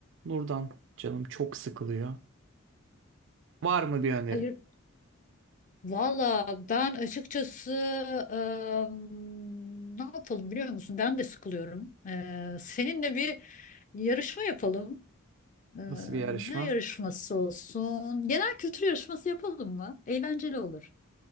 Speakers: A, on the right; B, on the left.
A: Nurdan canım çok sıkılıyor. Var mı bir önerin?
B: Hayır valla ben açıkçası em, ne yapalım biliyor musun? Ben de sıkılıyorum. Eee, seninle bir yarışma yapalım. Eee,
A: Nasıl bir yarışma?
B: ne yarışması olsun? Genel kültür yarışması yapalım mı? Eğlenceli olur.